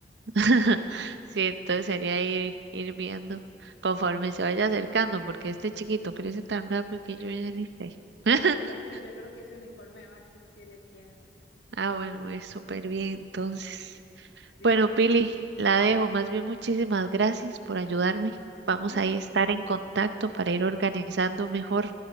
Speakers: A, on the right; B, on the left.
A: <laughs> sí, entonces sería ir, ir viendo conforme se vaya acercando, porque este chiquito crece tan rápido
B: Sí.
A: que yo ya ni sé. <laughs>
B: Pero yo creo, sí, yo creo que ese uniforme de básquet sí le queda.
A: Ah, bueno, es súper bien, entonces.
B: Sí.
A: Bueno, Pili, la dejo. Más bien, muchísimas gracias por ayudarme. Vamos
B: Sí,
A: ahí
B: sí,
A: a estar en contacto
B: sin
A: para
B: contacto.
A: ir organizando mejor.